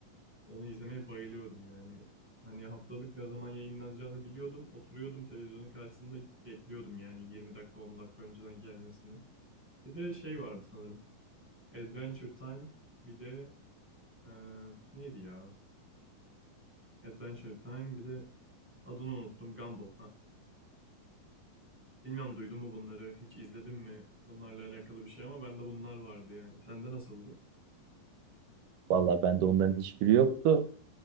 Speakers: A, in the centre; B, on the right.
A: onu izlemeye bayılıyordum yani. Hani haftalık ne zaman yayınlanacağını biliyordum. Oturuyordum televizyonun karşısında bekliyordum yani 20 dakika 10 dakika önceden gelmesini. Bir de şey vardı sanırım. Adventure Time bir de eee, neydi ya? Adventure Time bir de adını unuttum Gumball ha. Bilmiyorum duydun mu bunları hiç izledin mi bunlarla alakalı bir şey ama bende bunlar vardı yani. Sende nasıldı?
B: Vallahi bende onların hiçbiri yoktu.